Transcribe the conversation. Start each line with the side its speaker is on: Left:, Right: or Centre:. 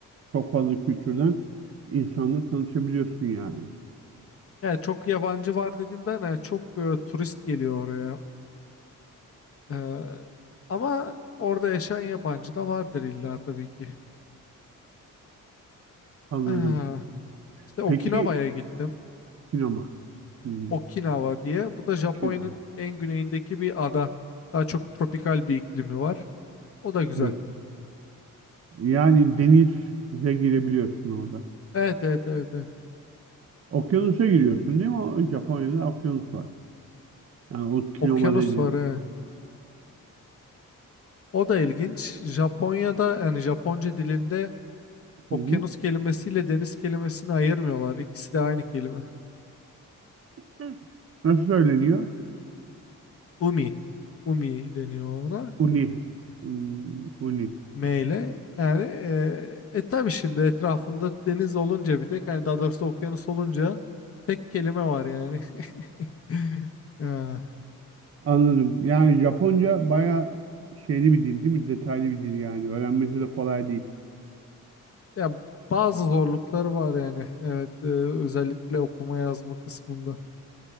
Right: Çok fazla kültürden insanla tanışabiliyorsun yani.
Left: Yani çok yabancı var dediğimden yani çok e, turist geliyor oraya. Ee, ama orada yaşayan yabancı da vardır illa tabii ki.
Right: Anladım.
Left: Ah, işte Okinawa'ya
Right: Peki
Left: gittim.
Right: sinema. Hmm,
Left: Okinawa diye. Bu da Japonya'nın
Right: sinema.
Left: en güneyindeki bir ada. Daha çok tropikal bir iklimi var. O da güzel.
Right: Evet. Yani denize girebiliyorsun orada.
Left: Evet evet evet. evet.
Right: Okyanusa giriyorsun değil mi? O Japonya'da okyanus var. Yani o kinoma
Left: Okyanus
Right: dediğin.
Left: var evet. O da ilginç. Japonya'da yani Japonca dilinde
Right: Hı
Left: okyanus
Right: hı.
Left: kelimesiyle deniz kelimesini ayırmıyorlar. İkisi de aynı kelime.
Right: Hı. Nasıl söyleniyor?
Left: Umi. Umi deniyor ona.
Right: Uni. Hmm, uni.
Left: M ile. Yani e, e tabii şimdi etrafında deniz olunca bir tek hani daha doğrusu okyanus olunca tek kelime var yani. <laughs> Ha.
Right: Anladım. Yani Japonca bayağı şeyli bir dil değil mi? Detaylı bir dil yani. Öğrenmesi de kolay değil.
Left: Ya bazı zorlukları var yani. Evet, e, özellikle okuma yazma kısmında.